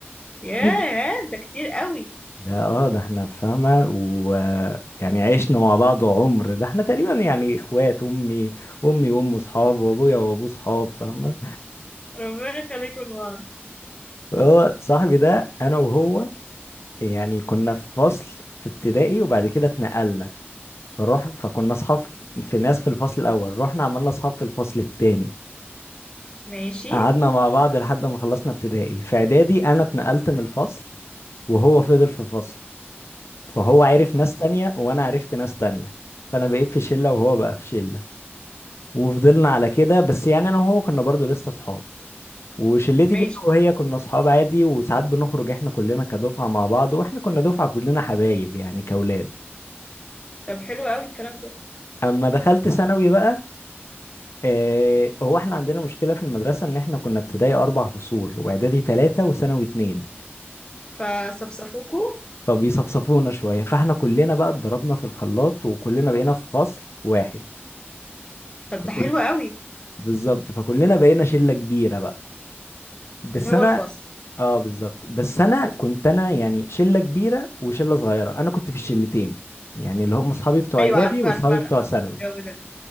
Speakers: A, on the left; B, on the left.
A: ياه
B: في بقى-
A: ده كتير قوي
B: ده اه ده احنا فاهمه ويعني عشنا مع بعض عمر ده احنا تقريبا يعني اخوات امي امي وامه صحاب وابويا وابوه صحاب فاهمه
A: ربنا يخليكم لبعض
B: هو صاحبي ده انا وهو يعني كنا في فصل في ابتدائي وبعد كده اتنقلنا فروح فكنا اصحاب في ناس في الفصل الاول رحنا عملنا اصحاب في الفصل التاني
A: ماشي
B: قعدنا مع بعض لحد ما خلصنا ابتدائي في اعدادي انا اتنقلت من الفصل وهو فضل في فصل فهو عرف ناس تانية وانا عرفت ناس تانية فانا بقيت في شلة وهو بقى في شلة وفضلنا على كده بس يعني انا وهو كنا برضو لسه اصحاب وشلتي
A: ماشي
B: دي أنا وهي كنا اصحاب عادي وساعات بنخرج احنا كلنا كدفعة مع بعض واحنا كنا دفعة كلنا حبايب يعني كاولاد
A: طب حلو قوي الكلام ده
B: اما دخلت ثانوي بقى آه هو احنا عندنا مشكلة في المدرسة ان احنا كنا ابتدائي اربع فصول واعدادي ثلاثة وثانوي اتنين
A: فصفصفوكوا
B: فبيصفصفونا شوية فاحنا كلنا بقى اتضربنا في الخلاط وكلنا بقينا في فصل واحد
A: طب
B: فكل
A: ده حلو قوي
B: بالظبط فكلنا بقينا شلة كبيرة بقى بس
A: اللي هو
B: انا
A: الفصل
B: اه بالظبط بس انا كنت انا يعني شلة كبيرة وشلة صغيرة انا كنت في الشلتين يعني اللي هم اصحابي بتوع
A: ايوه
B: اعدادي
A: عارفه
B: واصحابي
A: عارفه عارفه
B: بتوع ثانوي
A: الجو ده